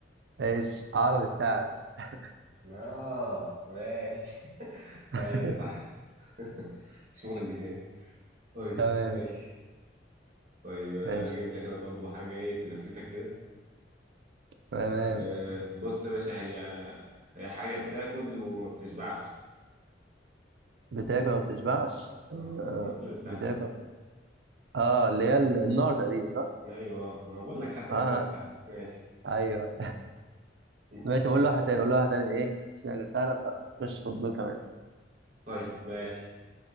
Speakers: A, on the right; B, on the right.
A: ايش عقرب الساعة يا باشا
B: اه ماشي <laughs>
A: <laughs>
B: ايوه صح <laughs> مش مؤذي يعني طيب
A: تمام
B: ماشي طيب اجيب
A: ماشي
B: لك انا برضو حاجة ايه تلففك كده
A: تمام
B: إيه، بص يا باشا هي هي حاجة بتاكل وما بتشبعش
A: بتاكل ما بتشبعش
B: حاسس انها طلعت سهلة اه
A: آه،
B: حاسس انها طلعت سهلة
A: بتاكل اه اللي هي ال- النار تقريبا صح؟
B: ايوه آه، ما بقول لك حاسس انها
A: اه آه،
B: طلعت سهلة ماشي
A: ايوه
B: <laughs>
A: دلوقتي بقول له واحدة تاني اقول له واحدة تاني ايه مش حاجة سهلة فخش في الدور كمان
B: طيب ماشي